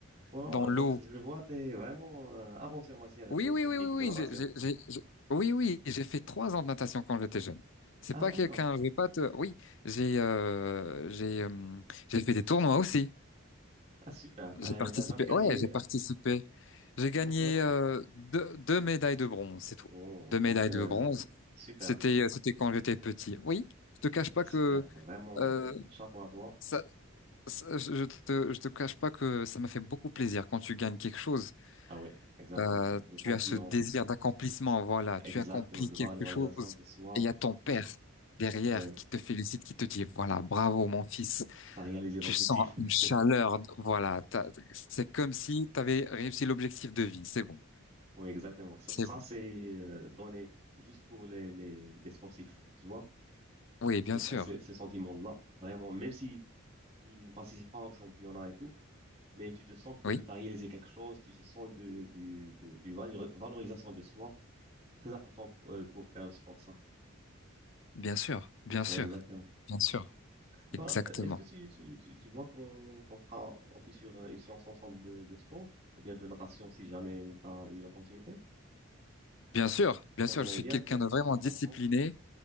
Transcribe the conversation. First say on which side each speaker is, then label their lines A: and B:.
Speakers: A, on the right; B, on the left.
A: Wow,
B: dans l'eau
A: Donc, je vois, tu es vraiment euh, avancé en matière
B: Oui,
A: des
B: oui,
A: techniques
B: oui, oui,
A: de natation.
B: oui, j'ai, j'ai- j'ai- j'ai- oui, oui, j'ai fait trois ans de natation quand j'étais jeune. C'est
A: Ah,
B: pas
A: d'accord.
B: quelqu'un, je vais pas te, oui, j'ai, euh, j'ai, euh, j'ai fait des tournois aussi.
A: Ah, super.
B: J'ai
A: Tu
B: participé,
A: t'as jamais gagné
B: ouais, j'ai participé. J'ai
A: un
B: gagné
A: championnat?
B: euh, deux, deux médailles de bronze, c'est tout.
A: Oh,
B: Deux médailles
A: donc, euh,
B: de bronze.
A: super,
B: C'était, euh, c'était quand j'étais petit. Oui, je te cache pas
A: super.
B: que
A: Vraiment,
B: euh,
A: euh, chapeau à toi.
B: ça, ça- je je te, je te cache pas que ça m'a fait beaucoup plaisir quand tu gagnes quelque chose.
A: Ah oui, exactement.
B: Euh,
A: Le
B: tu
A: sentiment.
B: as ce désir d'accomplissement, voilà, tu
A: Exactement,
B: accomplis
A: de
B: quelque
A: voir la réalisation
B: chose
A: de soi.
B: et il y a ton père
A: Waouh,
B: derrière
A: ouais,
B: qui te félicite, qui te dit, voilà, bravo mon fils,
A: t'as réalisé l'objectif.
B: tu sens une chaleur,
A: <laughs>
B: voilà, t'as- c'est comme si tu avais réussi l'objectif de vie, c'est bon,
A: Oui, exactement. Ça,
B: c'est
A: ça
B: bon.
A: c'est euh, donné juste pour les, les, les sportifs, tu vois.
B: Oui, bien
A: C'est-
B: sûr,
A: c'est- Ces sentiments-là, vraiment, même si tu ne participes pas au championnat et tout, mais tu te sens que
B: oui,
A: tu as réalisé quelque chose, tu te sens de, du, de, du valeur- valorisation de soi. Très important pour, euh, pour faire le sport, ça.
B: bien sûr, bien sûr,
A: Oui, exactement.
B: bien sûr,
A: Bah,
B: exactement.
A: euh, est-ce que tu, tu, tu, tu vois qu'on qu'on fera office sur euh, une séance ensemble de, de sport ou bien de natation si jamais tu as eu l'opportunité?
B: Bien sûr, bien
A: Moi,
B: sûr,
A: j'aimerais
B: je suis
A: bien
B: quelqu'un
A: qu'on
B: de
A: qu'on
B: vraiment
A: parte
B: discipliné
A: ensemble.